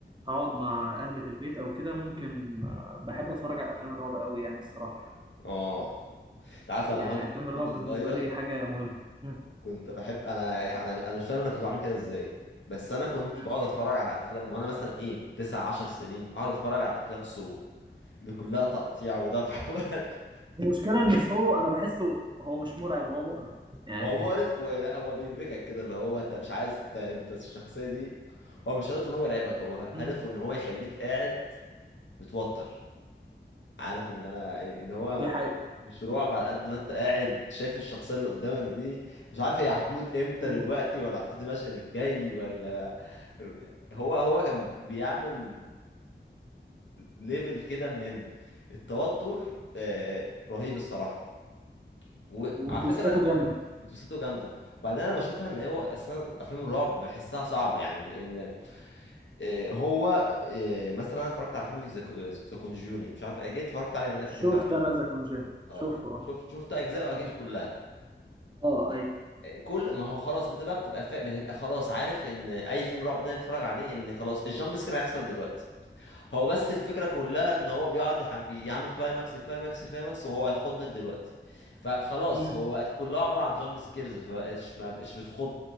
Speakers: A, on the right; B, on the left.
A: هقعد مع أهلي في البيت أو كده ممكن آه، بحب أتفرج على أفلام الرعب أوي يعني الصراحة
B: اه انت عارف
A: يعني
B: انا وانا
A: أفلام الرعب
B: وانا
A: بالنسبة
B: صغير
A: لي حاجة مهمة مم.
B: كنت بحب انا انا انا مش فاهم انا كنت بعمل كده ازاي بس انا كنت
A: مم.
B: بقعد اتفرج على افلام وانا مثلا ايه تسع عشر سنين اقعد اتفرج على افلام سو اللي كلها تقطيع وذبح <laughs> وقتل.
A: المشكلة إن سو أنا بحسه هو مش مرعب هو مقرف يعني
B: هو مقرف ولا هو بيربكك كده اللي هو انت مش عايز انت, انت الشخصيه دي هو مش هدفه ان هو يرعبك هو هدفه
A: <laughs> مم.
B: ان هو يخليك قاعد متوتر عارف ان انا ان هو
A: دي حقيقة
B: مش رعب على قد ما انت قاعد شايف الشخصيه اللي قدامك دي مش عارف هي هتموت امتى
A: مم.
B: دلوقتي ولا هتموت المشهد الجاي ولا هو هو كان بيعمل ليفل كده من التوتر آه، رهيب الصراحه وعلى
A: وتويستاته
B: فكره
A: جامدة
B: بتوسته جامده وبعدين انا بشوفها ان هو اصلا افلام الرعب بحسها صعبه يعني لان آه، هو آه، مثلا انا اتفرجت على فيلم ذا كونجورينج مش عارف اكيد اتفرجت عليه منك
A: شفت
B: بتحب افلام
A: أنا ذا كونجين
B: اه
A: شفته أه
B: شفت شفت اجزاء اكيد
A: مم.
B: كلها
A: أه أي
B: كل ما هو خلاص انت بقى بتبقى فا... بتبقى خلاص عارف ان اي فيلم رعب تاني بتتفرج عليه ان خلاص الجامب سكير هيحصل دلوقتي هو بس الفكره كلها ان هو بيقعد يحم... يعمل كلايماكس كلايماكس كلايماكس وهو هيخضك دلوقتي فخلاص
A: مم.
B: هو بقت كلها عباره عن جامب سكيرز فبقتش ما بقتش بتخض